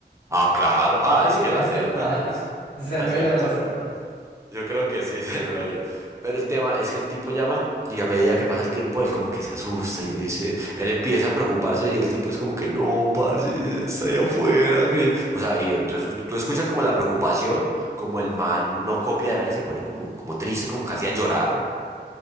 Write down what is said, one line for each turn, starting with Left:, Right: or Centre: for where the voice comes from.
Right: Ah, claro, ah,
Left: Sí,
Right: es
Left: ese
Right: que las
Left: es
Right: deudas,
Left: el problema. Ese es el
Right: las
Left: meollo
Right: deudas
Left: del asunto.
Right: son deudas. Yo creo que sí es el meollo. Pero el tema es que el tipo llama y a medida que pasa el tiempo, él como que se asusta y él dice, él empieza a preocuparse y el tipo es como que no, parce, está allá afuera. que yo-". O sea, y entonces tú escuchas como la preocupación, como el man no copia de nadie, se pone como, como triste, como casi a llorar.